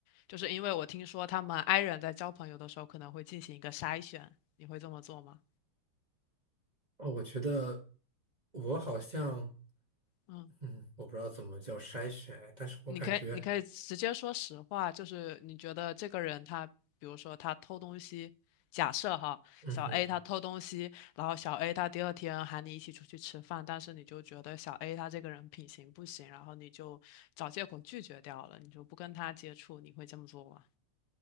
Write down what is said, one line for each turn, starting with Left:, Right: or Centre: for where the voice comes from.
Left: 就是因为我听说他们 i 人在交朋友的时候可能会进行一个筛选，你会这么做吗？
Right: 哦，我觉得我好像，
Left: 嗯，
Right: 嗯，我不知道怎么叫筛选，但是我感觉，
Left: 你可以，你可以直接说实话，就是你觉得这个人他，比如说他偷东西，假设哈，
Right: 嗯哼，
Left: 小 A 他偷东西，然后小 A 他第二天喊你一起出去吃饭，但是你就觉得小 A 他这个人品行不行，然后你就找借口拒绝掉了，你就不跟他接触，你会这么做吗？